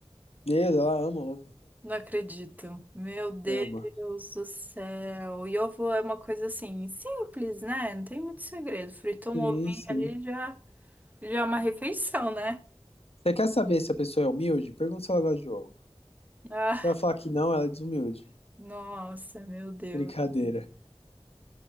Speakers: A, on the left (about 70°); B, on the right (about 15°).
A: Meu, ela ama ovo.
B: Não acredito. Meu Deus
A: Ama.
B: do céu. E ovo é uma coisa assim, simples, né? Não tem muito segredo. Fritou
A: Sim,
B: um ovinho
A: sim.
B: ali já, já é uma refeição, né?
A: Você quer saber se a pessoa é humilde? Pergunta se ela gosta de ovo.
B: Ah,
A: Se ela falar que não, ela é desumilde.
B: nossa, meu Deus.
A: Brincadeira.